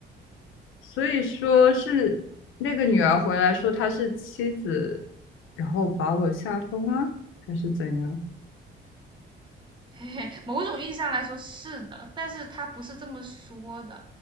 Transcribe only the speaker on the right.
<laughs> 嘿嘿，某种意义上来说是的，但是他不是这么说的，